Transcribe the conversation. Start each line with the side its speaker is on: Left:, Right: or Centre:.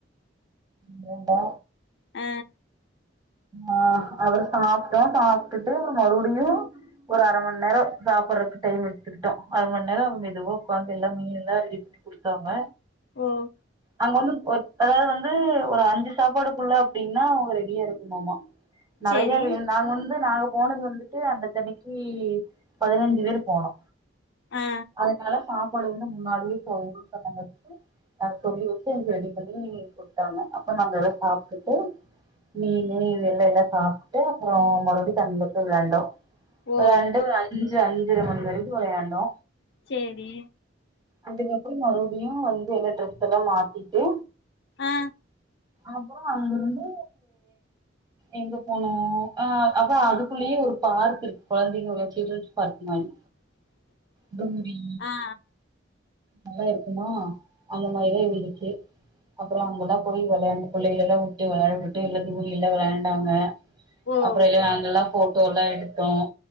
Right: வேண்டா
Left: அ
Right: அஆ அப்றோ சாப்ட்டோ சாப்பிட்டுட்டு ஒரு மறுபடிலியு ஒரு அர மணி நேரோ சாப்பறத்துக்கு டைமெடுத்துக்கிட்டோ அர மணி நேரோ அவுங்க மெதுவா உட்காந்து எல்ல மீனல்லா ரெடிப் பண்ணி குடுத்தாங்க
Left: ஓ
Right: அங்க வந்து ஒருத் அதாவது வந்து ஒரு அஞ்சு சாப்பாடுக்குள்ள அப்பிடின்னா அவங்க ரெடியா இருக்குமாம்மா நறைய
Left: சேரி
Right: வேண் நாங்க வந்து நாங்க போனது வந்துட்டு அந்த தனிக்கி பதினஞ்சு பேர் போனோ
Left: ஆ
Right: அதனால சாப்பாடு வந்து முன்னாடியே போதுன்னு சொன்னவங்களுக்கு நாங்க சொல்லி வெச்சுக்கு எங்களுக்கு ரெடி பண்ணி குடுத்தாங்க அப்போ நாங்க சாப்ட்டுட்டு மீன் இது எல்லெல்லா சாப்ட்டு அப்புறோ மறுபடியு தண்ணி வந்து வெளண்டோ
Left: ஓ
Right: வெளாண்டு ஒரு அஞ்சு அஞ்சரை மணி வரைக்கு வெளாண்டோ
Left: சேரி
Right: அதுக்கப்புறோ மறுபடியு வந்து என்ன டிரஸல்லா மாத்திட்டு
Left: ஆ
Right: அப்றோ அங்கிருந்து எங்க போனோ ஆ அதா அதுக்குள்ளேயு ஒரு பார்க் இருக்கு கொழந்தைங்க உள்ள சில்ட்ரன்ஸ் பார்க் மாதிரி
Left: <inaudible>
Right: டவுரி
Left: ஆ ஆ
Right: நல்லா இருக்குமா அந்த மாதிரிதா இருந்துச்சு அப்புறோ அங்கெல்லா போயி வெளையாண்டு புள்ளைகளெல்லா உட்டு வெளையாட உட்டு எல்லா தூங்கி எல்லா வெளையாண்டாங்க
Left: ஓ
Right: அப்புறோ எல்லா நாங்கள்லா போட்டோல்லா எடுத்தோ